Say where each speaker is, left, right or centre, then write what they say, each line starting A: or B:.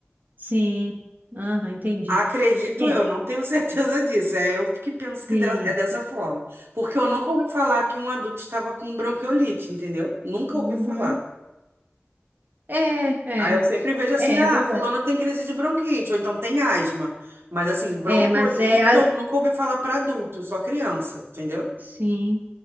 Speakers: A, on the right (about 50°); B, on the right (about 70°).
A: Sim. Aham, entendi.
B: Acredito
A: É.
B: eu, não tenho <laughs> certeza disso. É eu que penso que
A: Sim.
B: de- é dessa forma. Porque eu nunca ouvi falar que um adulto estava com bronquiolite, entendeu? Nunca
A: Uhum.
B: ouvi falar.
A: É, é,
B: Aí eu sempre vejo assim,
A: é,
B: ah,
A: é verdade.
B: fulano tem crise de bronquite, ou então tem asma. Mas assim, bronquiolite
A: É, mas é, a-
B: eu nunca ouvi falar para adulto, só criança, entendeu?
A: sim.